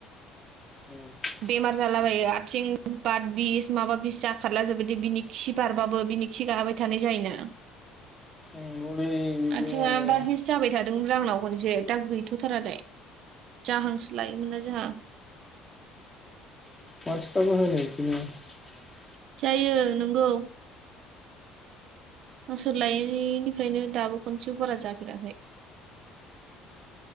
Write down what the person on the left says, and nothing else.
दोनबाय
नंगौलै। बेबो
माने
<unintelligible>